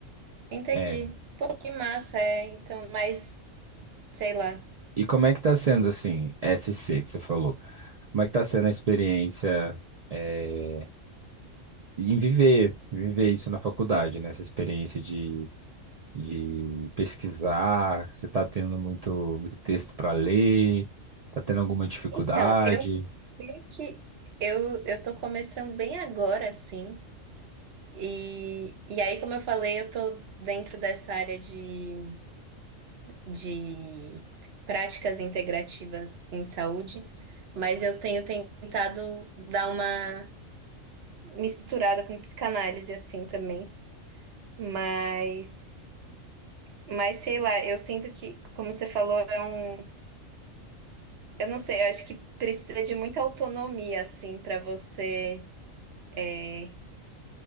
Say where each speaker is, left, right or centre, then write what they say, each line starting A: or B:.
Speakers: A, on the right (about 60°); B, on the right (about 80°).
A: Entendi.
B: É.
A: Pô, que massa, é. Então, mas, sei lá.
B: E como é que tá sendo, assim, SC que você falou? Como é que tá sendo a experiência eh, em viver, viver isso na faculdade, né? Essa experiência de, de pesquisar, você tá tendo muito, muito texto para ler, tá tendo alguma dificuldade?
A: Então, eu meio que eu, eu tô começando bem agora, assim. E, e aí, como eu falei, eu tô dentro dessa área de, de práticas integrativas em saúde, mas eu tenho tentado dar uma misturada com psicanálise assim também, mas mas sei lá, eu sinto que, como você falou, é um, eu não sei, eu acho que precisa de muita autonomia assim para você, é,